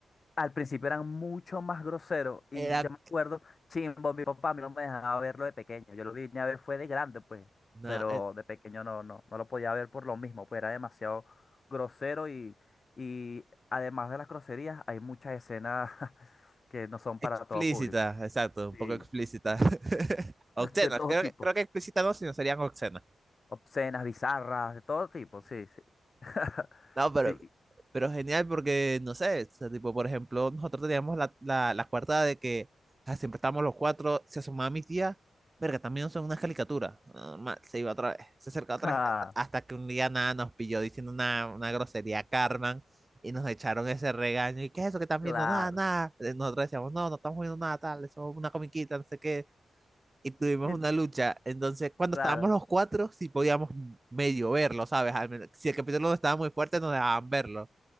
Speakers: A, on the left; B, on the right.
A: Al principio eran mucho más groseros y
B: Eran
A: yo me acuerdo, chimbo, mi papá a mí no me dejaba verlo de pequeño. Yo lo vine a ver fue de grande, pues,
B: no,
A: pero
B: eh,
A: de pequeño no, no, no lo podía ver por lo mismo, pues era demasiado grosero y, y además de las groserías, hay muchas escenas <laughs> que no son
B: explícitas,
A: para todo público,
B: exacto, un
A: Sí,
B: poco explícitas.
A: sí.
B: <laughs> Obscenas,
A: <laughs> de todo
B: creo,
A: tipo.
B: que- creo que explícitas no, sino serían obscenas.
A: Obscenas, bizarras, de todo tipo, sí, sí. <laughs>
B: No, pero,
A: Sí.
B: Pero genial porque, no sé, o sea, tipo, por ejemplo, nosotros teníamos la, la, la cuarta de que ah, siempre estábamos los cuatro, se asomaba mi tía, verga, también son unas caricaturas, normal, se iba otra vez, se acercaba otra
A: Ah,
B: vez, hasta- hasta que un día nada nos pilló diciendo una, una grosería a Carmen y nos echaron ese regaño, y qué es eso que están
A: claro.
B: viendo, nada, nada, Eh, nosotros decíamos, no, no estamos viendo nada, tal, eso es una comiquita, no sé qué, y tuvimos
A: Y-
B: una lucha, entonces cuando
A: Claro.
B: estábamos los cuatro, sí podíamos medio verlo, ¿sabes? Al menos, si el capítulo no estaba muy fuerte, nos dejaban verlo.